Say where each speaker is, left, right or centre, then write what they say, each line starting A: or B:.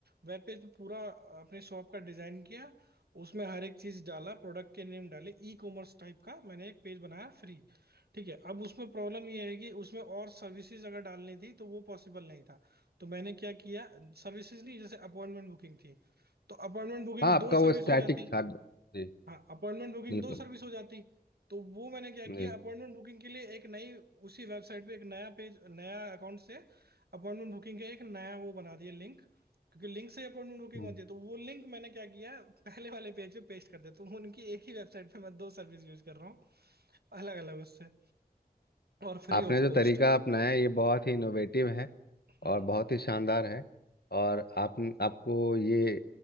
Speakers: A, on the right; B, on the left.
A: वेब पेज पे पूरा अपने शॉप का डिजाइन किया उसमें हर एक चीज डाला प्रोडक्ट के नेम डाले ई कॉमर्स टाइप का मैंने एक पेज बनाया फ्री ठीक है अब उसमें प्रॉब्लम ये है कि उसमें और सर्विसेज अगर डालनी थी तो वो पॉसिबल नहीं था तो मैंने क्या किया सर्विसेज नहीं जैसे अपॉइंटमेंट बुकिंग थी तो अपॉइंटमेंट बुकिंग
B: हाँ आपका
A: दो
B: वो
A: सर्विस
B: स्टैटिक
A: हो जाती
B: था जी
A: हाँ अपॉइंटमेंट बुकिंग
B: बिल्कुल
A: दो सर्विस हो जाती तो वो मैंने क्या
B: जी
A: किया अपॉइंटमेंट बुकिंग के लिए एक नई उसी वेबसाइट पे एक नया पेज नया अकाउंट से अपॉइंटमेंट बुकिंग का एक नया वो बना दिया लिंक क्योंकि लिंक से अपॉइंटमेंट बुकिंग
B: हम्म।
A: होती है तो वो लिंक मैंने क्या किया पहले वाले पेज पे पेस्ट कर दिया तो उनकी एक ही वेबसाइट पे मैं दो सर्विस यूज कर रहा हूँ अलग अलग उससे और free
B: आपने
A: of
B: जो
A: cost
B: तरीका अपनाया ये बहुत ही इनोवेटिव है
A: Hmm
B: और बहुत ही शानदार है और आप आपको ये